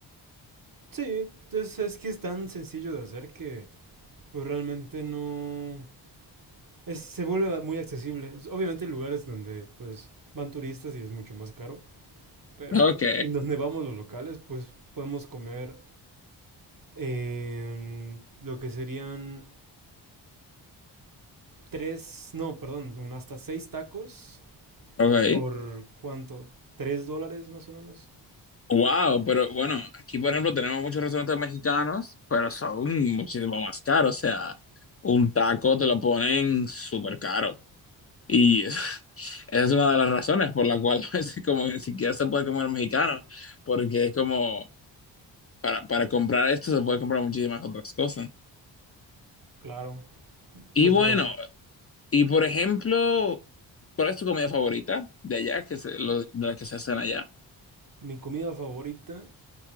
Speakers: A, on the right; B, on the left.
A: Sí, es, es que es tan sencillo de hacer que pues realmente no... es- se vuelve muy accesible. Es- Obviamente hay lugares donde pues van turistas y es mucho más caro, pero
B: Ok.
A: en donde vamos los locales pues podemos comer eh, lo que serían tres, no, perdón, un hasta seis tacos
B: Ok.
A: por cuánto, tres dólares más o menos.
B: Wow, pero bueno, aquí por ejemplo tenemos muchos restaurantes mexicanos, pero son muchísimo más caros. O sea, un taco te lo ponen súper caro. Y <laughs> esa es una de las razones por la cual <laughs> a veces como que ni siquiera se puede comer mexicano, porque es como para, para comprar esto se puede comprar muchísimas otras cosas.
A: Claro,
B: Y
A: hasta
B: bueno,
A: el-
B: y por ejemplo, ¿cuál es tu comida favorita de allá, que se, lo- de la que se hacen allá?
A: mi comida favorita